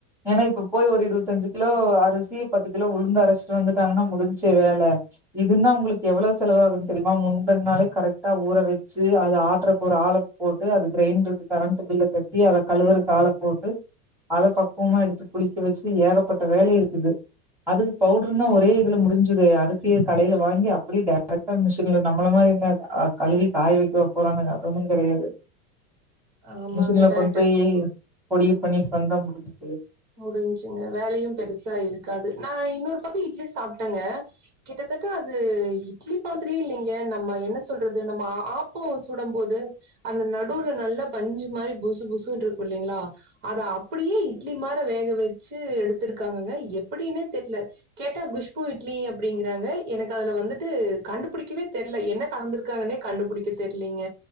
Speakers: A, in the centre; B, on the right.
A: ஏன்னா இப்ப போய் ஒரு இருவத்தஞ்சி கிலோ அரிசி பத்து கிலோ உளுந்து அரச்ட்டு வந்துட்டாங்கன்னா முடின்ச்சே வேல இது நா உங்ளுக்கு எவ்வளவு செலவாகுன் தெரியுமா முந்தன் நாளே கரக்டா ஊற வெச்சு அத ஆட்றக் ஒரு ஆள போட்டு அது க்ரைண்ட்ருக்கு கரண்ட்டு பில்ல கெட் தி அத கழுவுறக் ஆல போட்டு அத பக்குமா எடுத்து புளிக்க வச்சி ஏகப்பட்ட வேல இருக்குது அதுக்கு பவ்ட்ருனா ஒரே இதுல முடிஞ்சுதே அரிசிய கடைய்ல வாங்கி அப்டியே டைரக்டா மிசின்ல நம்மள மாரில அ கழுவி காய வெக்கவா போறாங்க அது ஒன்னு கெடயாது
B: ஆமாங்க
A: மிஷின்ல
B: கரெக்ட்டு.
A: கொண் போயி பொடிய பண்ணிட் வந்தா முடிஞ்சுது
B: முடின்ச்சுங்க வேலையும் பெருசா இருக்காது நா இன்னொர் பக்கு இட்லி சாப்டங்க கிட்டதட்ட அது இட்லி மாத்ரியே இல்லிங்க நம்ம என்ன சொல்றது நம்ம ஆப்போ சுடம் போது அந்த நடூல நல்லா பஞ்சு மாரி புசு புசுன்ருக்குல்லிங்ளா அது அப்படியே இட்ல் இட்லி மார வேக வெச்சு எடுத்துருக்காங்கங்க எப்படின்னே தெர்ல கேட்டா குஷ்பு இட்லி அப்டிங்கறாங்க எனக் அதல வந்துட்டு கண்டுபிடிக்கவே தெரில என்ன கலந்துருக்காங்கன்னே கண்டுபுடிக்க தெர்லீங்க